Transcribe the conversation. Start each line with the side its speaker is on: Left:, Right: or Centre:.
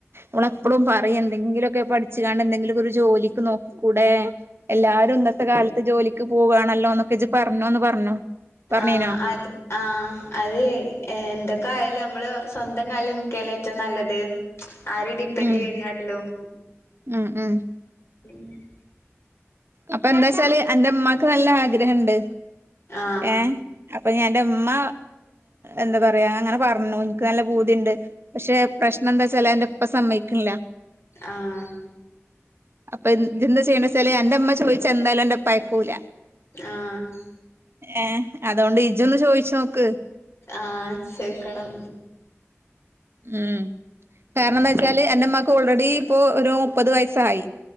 Right: ഓള് എപ്പളും പറയി എന്തെങ്കിലുക്കെ പഠിച്ച് കാണ്ട് എന്തെങ്കിലുക്കെ ഒരു ജോലിക്ക് നോക്കി കൂടെ എല്ലാരും ഇന്നത്തെ കാലത്ത് ജോലിക്ക് പോകവാണല്ലോ ന്നൊക്കെ ഇജ്ജ് പറഞ്ഞൂന്ന് പറഞ്ഞു പറഞ്ഞീനോ
Left: ആഹ് അത് ആ അത് എന്തൊക്ക ആയാലും നമ്മള് സ്വന്തം കാല് നിക്കല്ലേ ഏറ്റവും നല്ലത് ആരേം ഡിപ്പെൻഡ്യ്യണി
Right: ഉം
Left: കാട്ടിലും
Right: ഉം ഉം
Left: <inaudible>
Right: അപ്പ എന്താച്ചാല് അന്റെമ്മാക്ക് നല്ല ആഗ്രഹണ്ട്
Left: ആഹ്
Right: ഏ അപ്പഞ്ഞി അന്റെമ്മ എന്ത പറയാ അങ്ങനെ പറഞ്ഞു ഇൻക്ക് നല്ല പൂതിണ്ട് പക്ഷെ പ്രശ്നം എന്താച്ചാല് അന്റെപ്പ സമ്മയിക് ൺല്ല
Left: ആഹ്
Right: അപ്പ ഇജ്ജ് ന്താ ചെയ്യണ്ടച്ചാല് അന്റെമ്മ ചോയിച്ച എന്തായാലും അന്റെപ്പ അയ്ക്കൂല
Left: ആഹ്
Right: ഏ അതോണ്ട് ഇജ്ജ് ഒന്ന് ചോയിച്ച് നോക്ക്
Left: ആഹ് ചോയിക്കണം
Right: ഉം കാരണന്താച്ചാല്
Left: ഉം
Right: അന്റെമ്മാക്ക് ഓൾറെഡി പ്പോ ഒരു മുപ്പത് വയസായി